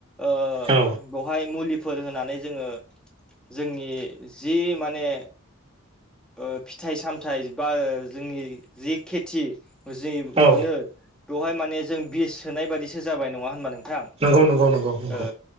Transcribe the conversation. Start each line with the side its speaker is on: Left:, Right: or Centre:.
Centre: ओ
Right: औ
Centre: बेवहाय मुलिफोर होनानै जोङो। जोंनि जि माने। ओ फिथाइ सामथाइ बा जोंनि जि खेथि जि मोनो
Right: औ
Centre: बेवहाय माने जों बिस सोनाय बादिसो जाबाय नङा होनबा नोंथां?
Right: नंगौ नंगौ नंगौ।
Centre: ओ